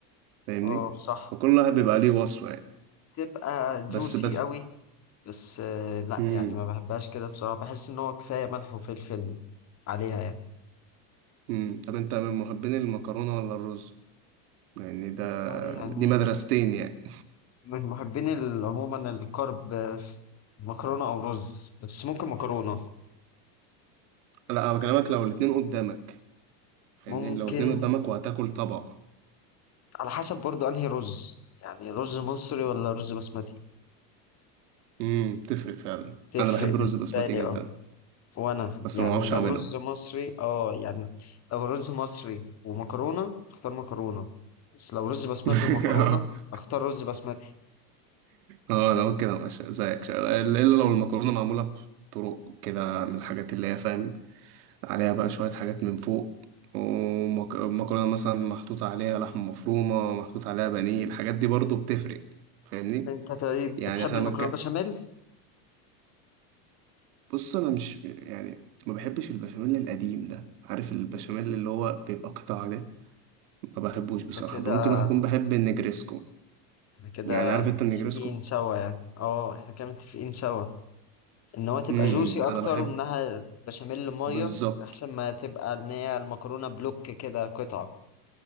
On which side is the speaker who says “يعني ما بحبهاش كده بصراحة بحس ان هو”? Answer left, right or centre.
Left